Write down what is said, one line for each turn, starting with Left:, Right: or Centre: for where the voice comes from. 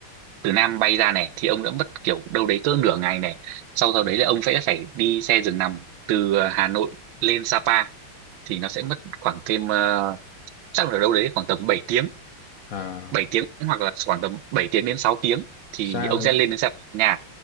Right: từ Nam bay ra này thì ông đã mất kiểu đâu đấy cỡ nửa ngày này sau sau đấy là ông sẽ phải đi xe giường nằm từ ờ, Hà Nội lên Sapa thì nó sẽ mất khoảng thêm ờ, chắc là đâu đấy khoảng tầm bảy tiếng
Left: À,
Right: bảy tiếng hoặc là khoảng tầm 7 tiếng đến 6 tiếng thì
Left: xa
Right: ông
Left: vậy-
Right: sẽ lên đến Sapa nhà